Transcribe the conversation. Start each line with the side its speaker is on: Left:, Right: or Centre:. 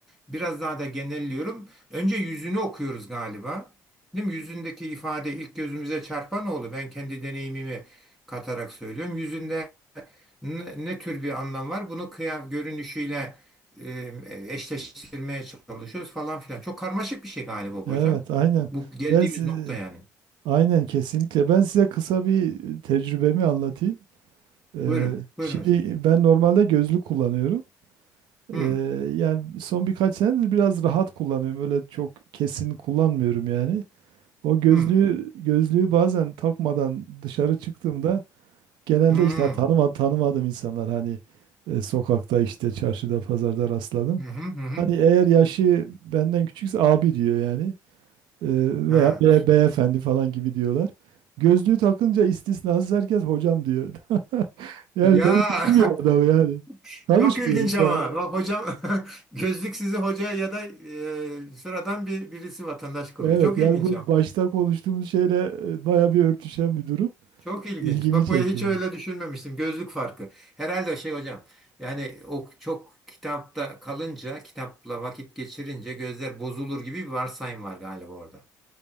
Centre: biraz daha da genelliyorum. Önce yüzünü okuyoruz galiba. Değil mi? Yüzündeki ifade ilk gözümüze çarpan oldu. Ben kendi deneyimimi katarak söylüyorum. Yüzünde ne, ne tür bir anlam var? Bunu kıyaf görünüşüyle e, eşleştirmeye çalışıyoruz falan filan. Çok karmaşık bir şey galiba bu hocam.
Right: Evet, aynen.
Centre: Bu geldiğimiz
Right: Ben si-
Centre: nokta yani.
Right: aynen kesinlikle. Ben size kısa bir tecrübemi anlatayım. Ee,
Centre: Buyurun. Buyurun
Right: şimdi
Centre: hocam.
Right: ben normalde gözlük kullanıyorum.
Centre: Hı.
Right: Ee, yani son birkaç senedir biraz rahat kullanıyorum. Öyle çok kesin kullanmıyorum yani. O gözlüğü
Centre: Hı.
Right: gözlüğü bazen takmadan dışarı çıktığımda genelde
Centre: Hı.
Right: işte tanıma, tanımadığım insanlar hani e, sokakta işte çarşıda pazarda rastladım.
Centre: Hı hı hı. hı.
Right: Hani eğer yaşı benden küçükse abi diyor yani. Ee,
Centre: Ha.
Right: veya be, beyefendi falan gibi diyorlar. Gözlüğü takınca istisnasız herkes hocam diyor. <laughs> Yani
Centre: Ya
Right: ben tanımıyorum adamı yani.
Centre: <laughs>
Right: Tanışmıyoruz.
Centre: çok ilginç ama
Right: Ha.
Centre: bak hocam <laughs> gözlük sizi hoca ya da e, sıradan bir birisi vatandaş kılıyor.
Right: Evet
Centre: Çok
Right: yani
Centre: ilginç
Right: bu
Centre: ama.
Right: başta konuştuğumuz şeyle e, baya bir örtüşen bir durum.
Centre: Çok ilginç.
Right: İlgimi
Centre: Bak
Right: çekti.
Centre: böyle hiç
Right: yani.
Centre: öyle düşünmemiştim. Gözlük farkı. Herhalde o şey hocam. Yani o çok kitapta kalınca, kitapla vakit geçirince gözler bozulur gibi bir varsayım var galiba orada.